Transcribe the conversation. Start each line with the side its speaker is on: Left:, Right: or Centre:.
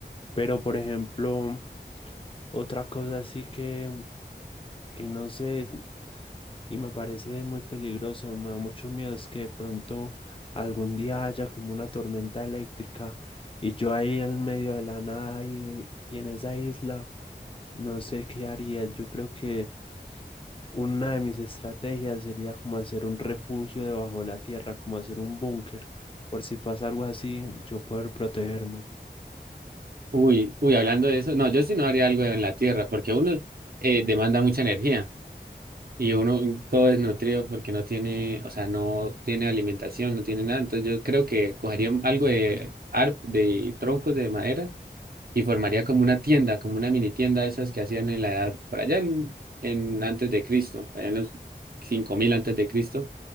Left: Pero por ejemplo, otra cosa así que, que no sé y me parece muy peligroso, me da mucho miedo es que de pronto algún día haya como una tormenta eléctrica y yo ahí en medio de la nada y, y en esa isla. No sé qué haría. Yo creo que Una de mis estrategias sería como hacer un refugio debajo de la tierra, como hacer un búnker, por si pasa algo así, yo poder protegerme.
Right: Uy, uy, hablando de eso, no, yo sí no haría algo en la tierra, porque uno eh, demanda mucha energía y uno todo desnutrido porque no tiene, o sea, no tiene alimentación, no tiene nada. Entonces yo creo que cogería un- algo de, ar- de troncos de madera y formaría como una tienda, como una mini tienda de esas que hacían en la edad, por allá en, en antes de Cristo, por allá en los 5000 antes de Cristo.